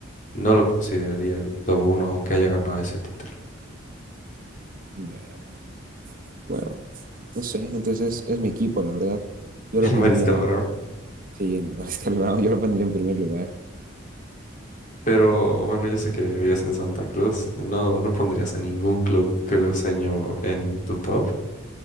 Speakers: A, on the left (about 40°); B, on the right (about 45°).
A: No lo consideraría el top uno aunque haya ganado ese título,
B: Ya. Bueno, no sé, entonces es mi equipo, la verdad.
A: <laughs>
B: Yo
A: el
B: lo
A: Mariscal
B: pondría,
A: Brown.
B: sí, en <laughs> Mariscal Brown, yo lo pondría en primer lugar.
A: Pero bueno, yo sé que vives en Santa Cruz. No, no pondrías a ningún club cruceño en tu top.